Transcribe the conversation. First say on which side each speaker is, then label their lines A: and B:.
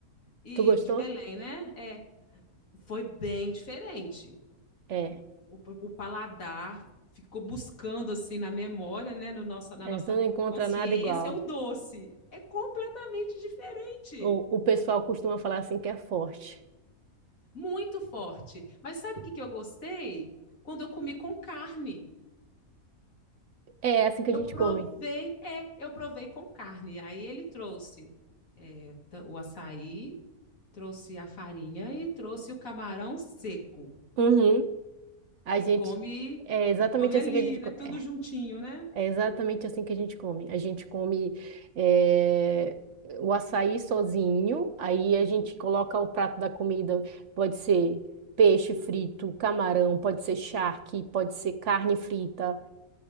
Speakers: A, on the left (about 65°); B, on the right (about 60°).
A: e
B: Tu gostou?
A: de Belém, né? É, foi bem diferente.
B: É.
A: o, o paladar ficou buscando assim na memória, né, no nossa, na
B: É,
A: nossa
B: tu não encontra
A: consciência,
B: nada igual.
A: o doce. É completamente diferente,
B: O, o pessoal costuma falar assim que é forte.
A: muito forte. Mas sabe o que, que eu gostei? Quando eu comi com carne.
B: É assim que a
A: Eu
B: gente
A: provei,
B: come.
A: é, eu provei com carne. Aí ele trouxe é, ta- o açaí, trouxe a farinha e trouxe o camarão seco.
B: Uhum. A
A: E
B: gente.
A: come,
B: É exatamente
A: e come
B: assim
A: ali,
B: que a gente
A: né?
B: come.
A: Tudo
B: É,
A: juntinho, né?
B: é exatamente assim que a gente come. A gente come é, o açaí sozinho, aí a gente coloca o prato da comida, pode ser peixe frito, camarão, pode ser charque, pode ser carne frita.